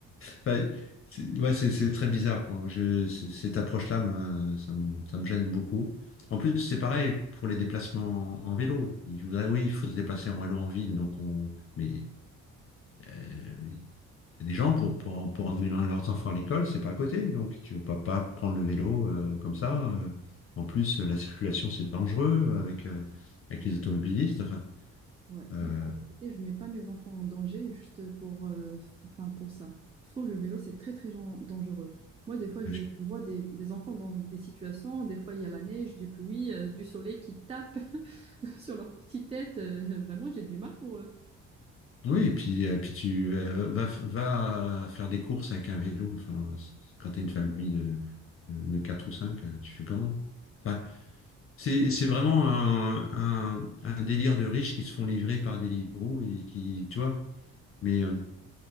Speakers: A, on the left; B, on the right.
A: Enfin, c'est- ouais, c'est c'est très bizarre, quoi. Je, c- cette approche-là, me- ça me, ça me gêne beaucoup. En plus, c'est pareil pour les déplacements en vélo. Je voudrais, oui, il faut se déplacer en vélo en ville, donc on, mais euh, t'as des gens pour, pour, pour emmener leurs enfants à l'école, c'est pas à côté, donc tu veux pas, pas prendre le vélo euh, comme ça. euh. En plus, la circulation, c'est dangereux avec, euh, avec
B: Ouais.
A: les automobilistes. Enfin,
B: Ouais.
A: euh,
B: Moi, à côté, je ne mets pas mes enfants en danger juste pour, euh, enfin, pour ça. Je trouve le vélo, c'est très, très gen- dangereux. Moi, des fois,
A: je
B: je vois des, des enfants dans des situations, des fois, il y a la neige, du pluie, euh, du soleil qui tape <laughs> sur leur petite tête. euh, vraiment, j'ai du mal pour eux.
A: Oui, et puis, euh, puis tu euh, vas, va faire des courses avec un vélo. Enfin, c'est- c'est- quand tu as une famille de, de 4 ou 5, tu fais comment? Enfin, c'est, c'est vraiment un, un, un délire de riches qui se font livrer par Deliveroo et qui, tu vois, mais, euh,